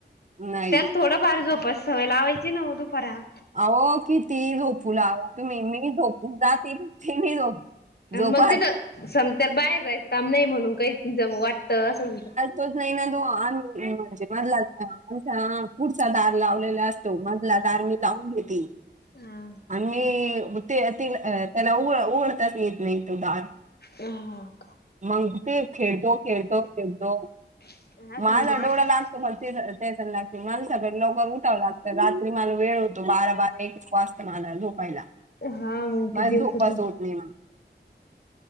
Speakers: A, on the right; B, on the left.
A: नाही.
B: त्याल थोड फार झोपास सवय लावायची ना, दुपारा.
A: आहो किती झोपू लाव तुम्ही मी झोपून जातील. ति नाही झोप झोपा
B: मग तिथं समत बाहेर जायचं काम नाही, म्हणून काही वाटत असं.
A: तोच नाही ना तो आम्ही म्हणजे, मधला आमचा पुढचा दार लावलेला असं. तो मधला दार मी लावून घेती.
B: हा.
A: आणि ते त्याला, उघडताच येत नाही तो दार.
B: हां हां.
A: मग ते खेळतो खेळतो खेळतो,
B: असं
A: माल
B: म्हणजे
A: अडोळा लांब. तुम्हला ते त्या लागते मला सकाळी लवकर उठावं लागतं रात्री माला वेळ होतो बारा बारा एक वाजता <unintelligible> झोपायला
B: हा म्हग
A: मला
B: ते दिवसच
A: झोपाच
B: झोप
A: होत नाही मला